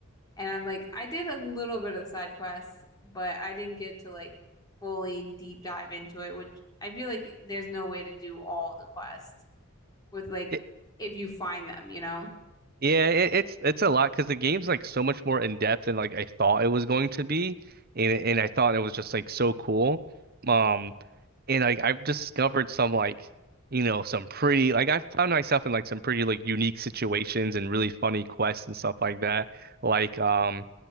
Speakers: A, on the left (about 15°); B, on the right (about 45°).
A: And I'm like, I did a little bit of side quests, but I didn't get to like fully deep dive into it, which I feel like there's no way to do all the quests with like
B: It,
A: if you find them, you know?
B: yeah, it, it's it's a lot because the game's like so much more in depth than like I thought it was going to be, and and I thought it was just like so cool. Um. And like I've discovered some like, you know, some pretty like I found myself in like some pretty like unique situations and really funny quests and stuff like that. Like um